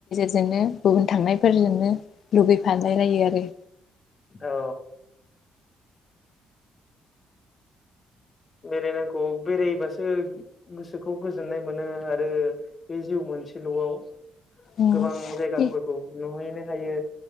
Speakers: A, on the left; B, on the left.
A: जोंनो गुबुन थांनायफोरजोंनो। लुगैफालायलायो आरो।
B: औ बेरायनांगौ बेरायबासो गोसोखौ गोजोननाय मोनो आरो बे जिउ मोनसेलआव।
A: उम
B: गोबां जायगाफोरखौ
A: दे
B: नुहैनो। हायो।